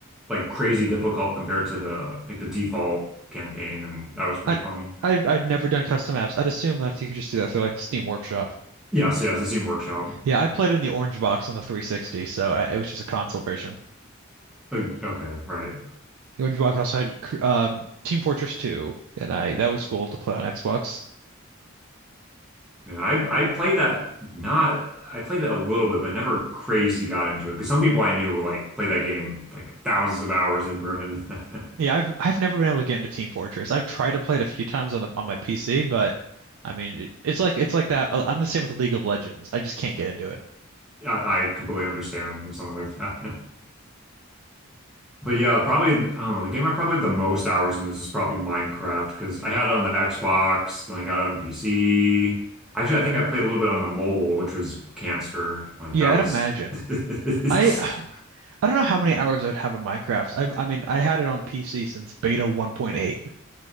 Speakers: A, in the centre; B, on the right.
A: like crazy difficult compared to the like the default campaign, and that was pretty
B: I
A: fun.
B: I I've never done custom apps. I'd assume that you could just do that through like the Steam Workshop.
A: Yes, yes, the Steam Workshop.
B: Yeah, I played it in the Orange Box on the 360, so I, it was just a console version.
A: Uh, okay, right.
B: The Orange Box also had um, Team Fortress 2, and I that was cool to play on Xbox.
A: Yeah, I I played that not I played it a little bit, but never crazy got into it. Because some people I knew were like play that game like thousands of hours they burned into that.
B: Yeah, I've I've never been able to get into Team Fortress. I've tried to play it a few times on the on my PC, but I mean, it, it's like it's like that. uh, I'm the same with League of Legends. I just can't get into it.
A: <laughs> I, I completely understand something like that. <laughs> But yeah, probably I don't know, the game I probably have the most hours in this is probably Minecraft because I had it on the Xbox, then I got it on PC. Actually, I think I played a little bit on the mobile, which was cancer. Like
B: Yeah,
A: that was
B: I'd imagine.
A: <laughs>
B: I I don't know how many hours I'd have in Minecraft. I I mean, I had it on PC since beta 1.8.